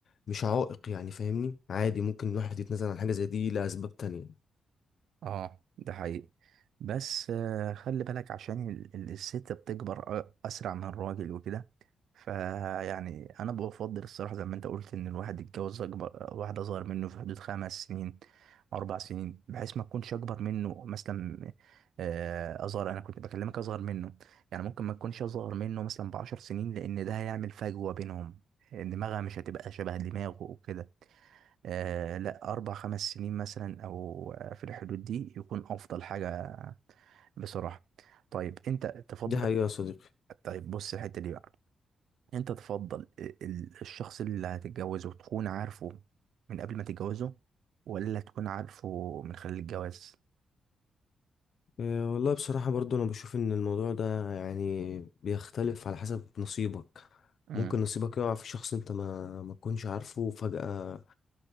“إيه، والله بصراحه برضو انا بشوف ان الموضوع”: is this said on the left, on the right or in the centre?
Left